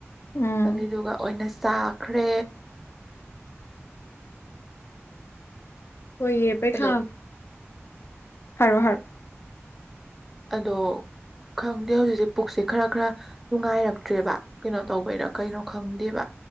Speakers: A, on the left; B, in the centre.
A: ꯎꯝ
B: ꯑꯗꯨꯏꯗꯨꯒ ꯑꯣꯏꯅ ꯆꯥꯈ꯭ꯔꯦ
A: ꯍꯏꯌꯦ ꯄꯩ
B: ꯑꯗꯣ
A: ꯈꯥꯝ ꯍꯥꯏꯔꯣ ꯍꯥꯏꯔꯣ
B: ꯑꯗꯣ ꯈꯪꯗꯦ ꯍꯧꯖꯤꯛꯁꯦ ꯄꯨꯛꯁꯦ ꯈꯔ ꯈꯔ ꯅꯨꯡꯉꯥꯏꯔꯛꯇ꯭ꯔꯦꯕ ꯀꯩꯅꯣ ꯇꯧꯕꯩꯔ ꯀꯩꯅꯣ ꯈꯪꯗꯦꯕ